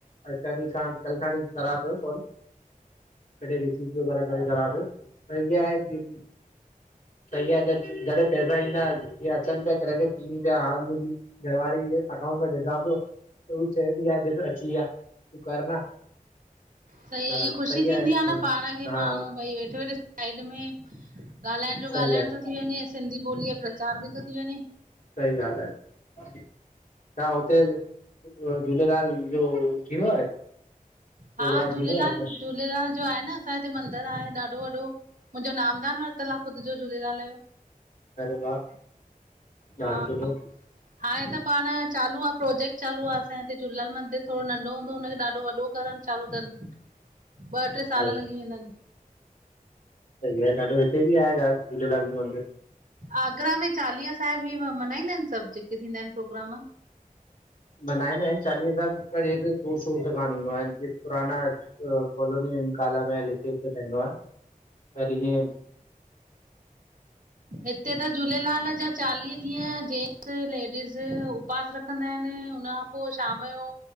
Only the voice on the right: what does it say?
सई
आ, ईएंं ख़ुशी
थींदी
आ न, पाण खे
माण्हू भई वेठे वेठे साइड में, ॻाल्हाइण जो
ॻाल्हाइण
तो थी वञे, सिंधी ॿोलीअ जो प्रचार बि तो थी वञे।
हा झूलेलाल,
झूलेलाल जो आहे न, असांजे हिते मंदरु आहे ॾाढो वॾो। मुंजो, नामदान वरतल आ, ख़ुद जो झूलेलाल जो।
हा
हाणे त पाण चालू आ, प्रोजेक्ट चालू आ, असांजे हिते झूलेलाल मंदिर थोड़ो नंढो हूंदो हो, हुनखे ॾाढो वॾो करण। चालू तन, ॿ, ट्रे साल
लॻी वेंदन।
आगरा में, चालीहा साहिब ई ऊ मनाईंदा आहिन सभ जेके थींदा आहिन प्रोग्राम।
हिते त झूलेलाल जा चालीह ॾींहं, जेंस लेडीज़ उपवास रखंदा आहिन, उनखां पो शाम जो